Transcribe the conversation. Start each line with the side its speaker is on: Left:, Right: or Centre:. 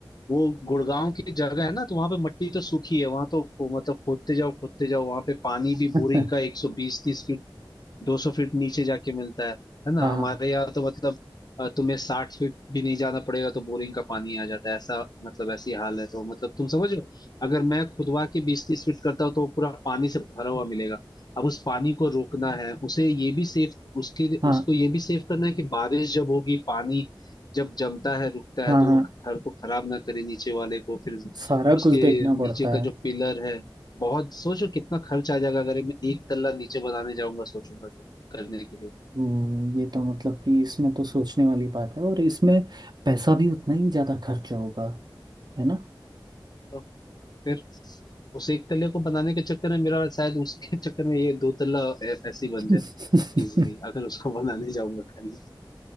Left: वो गुड़गांव की जगह है ना तो वहां पे मट्टी तो सूखी है वहां तो खो- मतलब खोदते जाओ खोदते जाओ वहां पे पानी भी
Right: <laughs>
Left: बोरिंग का एक सौ बीस तीस दो सौ फीट नीचे जाके मिलता है है ना
Right: हाँ
Left: हमारे यहाँ तो मतलब अ, तुम्हें साठ फीट भी नहीं जाना पड़ेगा तो बोरिंग का पानी आ जाता है ऐसा मतलब ऐसी हाल है तो मतलब तुम समझो अगर मैं खुदवा के बीस तीस फीट करता हूँ तो वो पूरा पानी से भरा हुआ मिलेगा अब उस पानी को रोकना है उसे ये भी सेफ उसके
Right: हाँ
Left: उसको ये भी सेफ करना है कि बारिश जब होगी पानी जब जमता है रुकता
Right: हाँ
Left: है तो
Right: हाँ
Left: वो घर को खराब ना करे नीचे वाले को फिर
Right: सारा
Left: उसके
Right: कुछ देखना
Left: नीचे
Right: पड़ता
Left: का
Right: है
Left: जो पिलर है बहुत सोचो कितना खर्च आ जाएगा अगर मैं एक तल्ला नीचे बनाने जाऊंगा सोचूंगा तो करने के लिए
Right: हम्म, ये तो मतलब कि इसमें तो सोचने वाली बात है और इसमें पैसा भी उतना ही ज्यादा खर्चा होगा है ना
Left: तो फिर उस एक तल्ले को बनाने के चक्कर में मेरा शायद उसके <laughs> चक्कर में ये दो तल्ला ऐ- ऐसे ही
Right: <laughs>
Left: बन जाए इजीली अगर उसको <laughs> बनाने जाऊंगा खाली